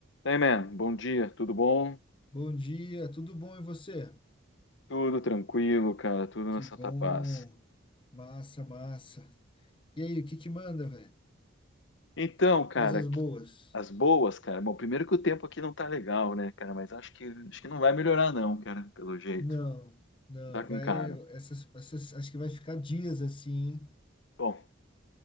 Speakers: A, on the left; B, on the left.
A: Hey man, bom dia, tudo bom?
B: Bom dia, tudo bom e você?
A: Tudo tranquilo, cara, tudo
B: Que
A: na Santa
B: bom,
A: Paz.
B: massa, massa. E aí, o que que manda, velho?
A: Então, cara,
B: Quais as
A: que-
B: boas?
A: as boas, cara. Bom, primeiro que o tempo aqui não tá legal, né, cara, mas acho que acho que não vai melhorar não, cara, pelo jeito.
B: Não, não,
A: Tá com
B: vai,
A: cara.
B: essas, essas, acho que vai ficar dias assim, hein?
A: Bom,